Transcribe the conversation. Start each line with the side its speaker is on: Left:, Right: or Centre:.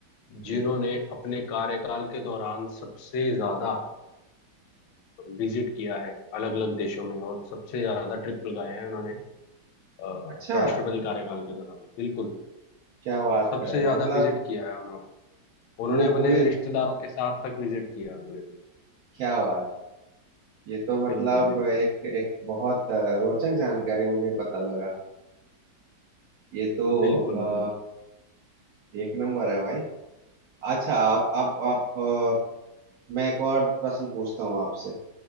Right: जी
Left: जिन्होंने अपने कार्यकाल के दौरान सबसे ज्यादा विजिट किया है अलग अलग देशों में और सबसे ज्यादा ट्रिप लगाए हैं उन्होंने अ,
Right: अच्छा
Left: राष्ट्रपति कार्यकाल के दौरान बिल्कुल
Right: क्या बात
Left: सबसे
Right: कर रहे
Left: ज्यादा
Right: हो? मतलब
Left: विजिट किया है उन्होंने उन्होंने
Right: वो
Left: अपने
Right: पूरी
Left: रिश्तेदारों के साथ तक विजिट किया उन्होंने
Right: क्या बात ये तो मतलब
Left: बिल्कुल बिल्कुल
Right: एक एक बहुत अ, रोचक जानकारी मुझे पता लगा ये तो
Left: बिल्कुल
Right: अ,
Left: बिल्कुल
Right: एक नंबर है भाई अच्छा आप आप आप अ, मैं एक और प्रश्न पूछता हूँ आपसे